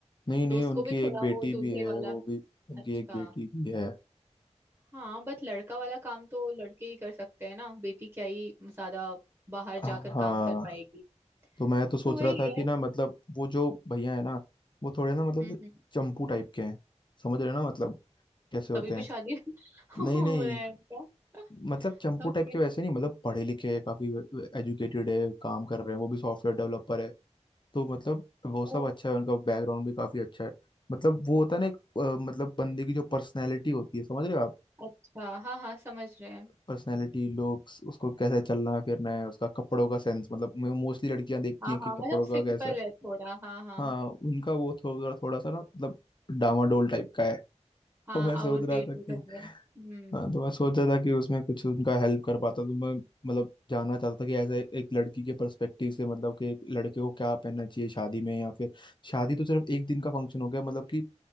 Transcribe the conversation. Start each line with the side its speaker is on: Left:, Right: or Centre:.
Left: नहीं नहीं
Right: तो उसको
Left: उनकी
Right: भी थोड़ा
Left: एक बेटी
Right: वो दूल्हे
Left: भी है
Right: वाला
Left: वो भी उनकी
Right: अच्छा
Left: एक बेटी भी है
Right: हाँ बट लड़का वाला काम तो लड़के ही कर सकते हैं ना बेटी क्या ही ज्यादा बाहर
Left: हाँ
Right: जाकर काम कर पाएगी
Left: तो मैं तो सोच
Right: तो वही
Left: रहा था कि
Right: है
Left: ना मतलब वो जो भैया है ना वो थोड़े ना मतलब
Right: हम्म हम्म
Left: चंपू टाइप के हैं समझ रहे हो ना मतलब कैसे होते
Right: तभी भी
Left: हैं
Right: शादी <laughs> हो
Left: नहीं नहीं
Right: रहा है उनका
Left: मतलब चंपू
Right: ओके
Left: टाइप के वैसे नहीं मतलब पढ़े लिखे हैं काफी एजुकेटेड है काम कर रहे हैं वो भी सॉफ्टवेयर डेवलपर है तो मतलब वो
Right: ओ
Left: सब अच्छा है उनका बैकग्राउंड भी काफी अच्छा है मतलब वो होता है ना एक अ, मतलब बंदे की जो पर्सनैलिटी होती है समझ रहे हो आप
Right: अच्छा हाँ हाँ समझ रहे हैं
Left: पर्सनैलिटी लुक्स उसको कैसे चलना है फिरना है उसका कपड़ों का सेंस मतलब मोस्टली लड़कियां देखती
Right: हाँ
Left: हैं कि
Right: हाँ
Left: कपड़ों
Right: मतलब
Left: का
Right: सिंपल
Left: कैसा है
Right: है थोड़ा हाँ हाँ
Left: हाँ उनका वो थोड़ा थोड़ा सा ना मतलब डामाडोल टाइप का है
Right: हाँ
Left: तो मैं सोच
Right: आउटडेटेड
Left: रहा था कि
Right: हो गया हम्म
Left: हाँ तो मैं सोचा था कि उसमें कुछ उनका हेल्प कर पाता तो मैं मतलब जानना चाहता था कि एज एक लड़की के पर्सपेक्टिव से मतलब कि एक लड़के को क्या पहनना चाहिए शादी में या फिर शादी तो सिर्फ एक दिन का फंक्शन हो गया मतलब कि